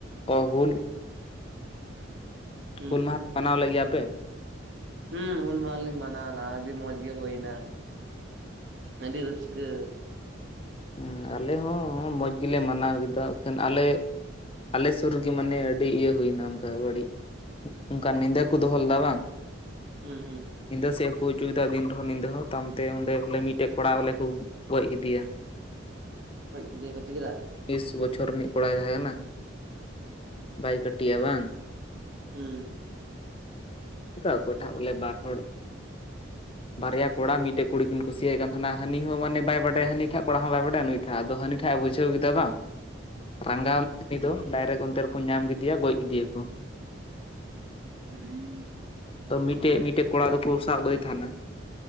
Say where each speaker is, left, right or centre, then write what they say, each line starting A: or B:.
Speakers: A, on the left; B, on the right.
A: ᱠᱚ ᱦᱩᱞ
B: ᱦᱩᱸ
A: ᱦᱩᱞ ᱢᱟᱦᱟ ᱢᱟᱱᱟᱣ ᱞᱮᱜ ᱜᱮᱭᱟ ᱯᱮ
B: ᱦᱩᱸ ᱦᱩᱞ ᱢᱟᱦᱟ ᱞᱤᱧ ᱢᱟᱱᱟᱣᱱᱟ ᱟᱹᱰᱤ ᱢᱚᱸᱡᱽ ᱜᱮ ᱦᱩᱭᱱᱟ ᱟᱹᱰᱤ ᱨᱟᱹᱥᱠᱟᱹ ᱾
A: ᱦᱩᱸ ᱟᱞᱮ ᱦᱚᱸ ᱢᱚᱸᱡᱽ ᱜᱮᱞᱮ ᱢᱟᱱᱟᱣ ᱠᱮᱫᱟ ᱮ ᱠᱷᱟᱱ ᱟᱞᱮ ᱟᱞᱮ ᱥᱩᱨ ᱨᱮᱜᱮ ᱢᱟᱱᱮ ᱟᱹᱰᱤ ᱤᱭᱟᱹ ᱦᱩᱭᱱᱟ ᱚᱱᱠᱟ ᱵᱟᱹᱲᱤᱡ ᱚᱱᱠᱟᱱ ᱧᱤᱫᱟᱹ ᱠᱚ ᱫᱚᱦᱚ ᱞᱮᱫᱟ ᱵᱟᱝ
B: ᱦᱩᱸ ᱦᱩᱸ
A: ᱧᱤᱫᱟᱹ ᱥᱮᱫ ᱠᱚ ᱦᱩᱭ ᱪᱚ ᱠᱮᱫᱟ ᱫᱤᱱ ᱨᱮᱦᱚᱸ ᱧᱤᱫᱟᱹ ᱦᱚᱸ ᱛᱟᱭᱚᱢᱛᱮ ᱚᱸ ᱵᱚᱞᱮ ᱢᱤᱫ ᱢᱤᱫᱴᱮᱡ ᱠᱚᱲᱟ ᱦᱚᱞᱮ ᱠᱚ ᱜᱚᱡ ᱠᱮᱫᱮᱭᱟ ᱾
B: ᱜᱚᱡ ᱠᱮᱫᱮᱭᱟ ᱠᱚ ᱪᱮᱫ ᱪᱤᱠᱟᱹ?
A: ᱵᱤᱥ ᱵᱚᱪᱷᱚᱨ ᱨᱤᱱᱤᱡ ᱠᱚᱲᱟᱭ ᱛᱟᱦᱮᱸ ᱠᱟᱱᱟ ᱵᱟᱭ ᱠᱟᱹᱴᱤᱡᱼᱟ ᱵᱟᱝ
B: ᱦᱩᱸ
A: ᱚᱱᱠᱟ ᱚᱠᱚᱴᱟᱜ ᱵᱚᱞᱮ ᱵᱟᱨ ᱦᱚᱲ ᱵᱟᱨᱭᱟ ᱠᱚᱲᱟ ᱢᱤᱫᱴᱮᱱ ᱠᱩᱲᱤ ᱠᱤᱱ ᱠᱩᱥᱤᱭᱟᱭ ᱠᱟᱱ ᱛᱟᱦᱮᱱᱟ ᱦᱟᱱᱤ ᱦᱚᱸ ᱢᱟᱱᱮ ᱵᱟᱭ ᱵᱟᱰᱟᱭ ᱦᱟᱹᱱᱤ ᱴᱷᱟᱜ ᱠᱚᱲᱟ ᱦᱚᱸ ᱵᱟᱭ ᱵᱟᱰᱟᱭᱟ ᱱᱩᱭ ᱟ ᱟᱫᱚ ᱦᱟᱹᱱᱤ ᱴᱟᱜ ᱮ ᱵᱩᱡᱷᱟᱹᱣ ᱠᱮᱫᱟ ᱵᱟᱝ ᱨᱟᱸᱜᱟᱣ ᱮᱱᱟ ᱫᱚ ᱰᱟᱭᱨᱮᱠᱴ ᱚᱱᱛᱮ ᱨᱮᱠᱚ ᱧᱟᱢ ᱠᱮᱫᱮᱭᱟ ᱜᱚᱡ ᱠᱮᱫᱤᱭᱟ ᱠᱚ ᱾
B: <unintelligible>
A: ᱛᱚ ᱢᱤᱫᱴᱮᱡ ᱢᱤᱫᱴᱮᱱ ᱠᱚᱲᱟ ᱫᱚᱠᱚ ᱥᱟᱵ ᱟᱹᱜᱩᱭ ᱛᱟᱦᱮᱱᱟ ᱾